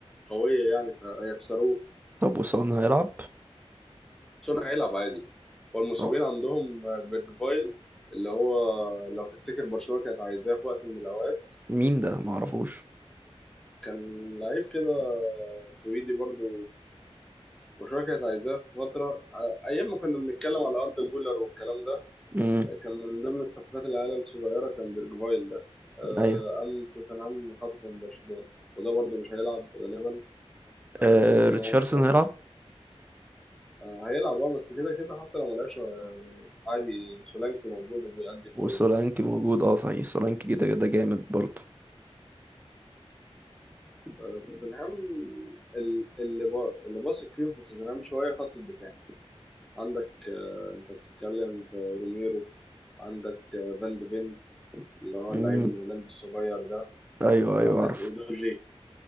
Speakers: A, in the centre; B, on the right.
A: قوية يعني فهيخسروه
B: طب وسون هيلعب
A: سون هيلعب عادي والمصابين
B: اه
A: عندهم بيرجفايل اللي هو لو تفتكر برشلونة كانت عايزاه في وقت من الأوقات
B: مين ده معرفوش
A: كان لعيب كده سويدي برضو برشلونة كانت عايزاه في فترة أيام ما كنا بنتكلم على أردا جولر والكلام ده
B: امم
A: كان من ضمن الصفقات العيال الصغيرة كان بيرجفايل ده آه،
B: ايوه
A: قام توتنهام خطفه من برشلونة وده برضه مش هيلعب غالبا آه،
B: آه
A: بيقولوا
B: ريتشاردسون
A: إن هو مصاب
B: هيلعب
A: آه، هيلعب اه بس كده كده حتى لو ملعبش آه، عادي سولانكي موجود وبيأدي
B: وسولانكي
A: كويس
B: موجود اه صحيح سولانكي كده كده جامد برضه
A: توتنهام ال- اللي با- اللي باثق فيهم في توتنهام شوية خط الدفاع عندك آه، أنت بتتكلم في روميرو عندك آه، فان ديفين اللي هو اللعيب
B: امم
A: الهولندي الصغير ده
B: ايوه ايوه
A: عندك
B: عارف
A: اودوجي